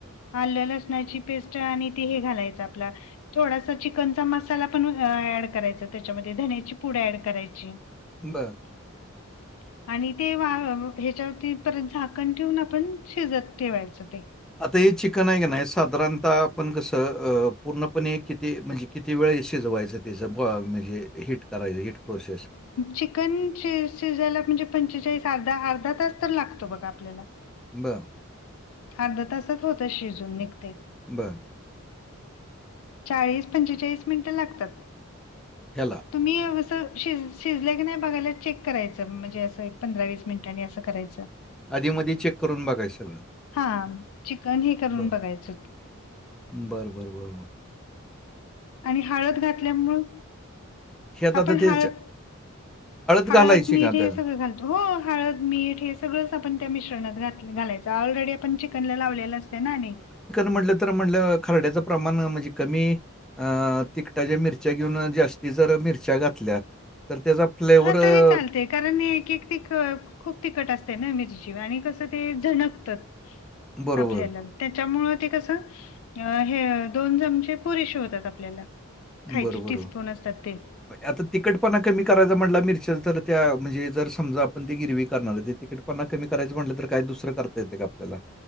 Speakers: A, on the left; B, in the centre.
A: आलं लसणाची पेस्ट आणि हे घालायच आपला थोडासा चिकनचा. ण ऍड करायच त्याच्यामध्ये धण्याची पुड ऍड करायची.
B: बरं.
A: <unintelligible> आणि ते वा ह्याच्यावरती परत झाकण ठेवून आपण शिजत ठेवायचं ते.
B: आता हे चिकन आहे का नाही साधारणतः आपण कस पूर्णपणे किती म्हणजे किती वेळ शिजवायचं त्याचं ब म्हणजे हीट करायचं हीट प्रोसेस.
A: चिकन श शिजायला म्हणजे पंचेचाळीस अर्धा अर्धा तास तर लागतो बघा आपल्याला.
B: बर.
A: अर्ध तासात होतं शिजून निघतेय.
B: बर.
A: चाळीस पंचेचाळीस मिनिटं लागतात.
B: चला.
A: तुम्ही असं शिज शिजले की नाही बघायला चेक करायचं म्हणजे असं एक पंधरा वीस मिनिटांनी असं करायचं.
B: आधीमध्ये चेक करून बघायचं सगळं.
A: हा चिकन हि करून
B: बरं.
A: बघायचं.
B: बरं बरं बरोबर.
A: आणि हळद घातल्यामुळ
B: ह्यात आता
A: आपण
B: ते
A: हळद हळद
B: घालायची
A: मीठ
B: का
A: हे
B: त्याला?
A: सगळं घाल हो हळद, मीठ हे सगळंच आपण त्या मिश्रणात घालायच ऑलरेडी पण चिकन लावलेलं असते ना नानी.
B: म्हलं तर म्ह खरड्याचं प्रमाण म्हणजे कमी अं तिकटाच्या मिरच्या घेऊन अ जास्ती जर मिरच्या घातल्या तर त्याचा फ्लेवर
A: हा
B: अ,
A: तरी चालतेय, कारण एक एक ते अं खूप तिखट असत्या ना मिरची आणि कसं ते झणकतात
B: बरोबर.
A: आपल्याला. त्याच्यामुळं ते कसं अ हे दोन चमचे पुरेसे होतात आपल्याला. खायचे
B: बरं बरं.
A: टीस्पून असतात ते.
B: आता तिकटपणा कमी करायचा म्हंटला मिरच्याच तर त्या म्हणजे जर समजा आपण ती गिरवी करणार आहे ते तिखट पणा कमी करायचं म्हटलं तर काय दुसरं करता येतंय का आपल्याला?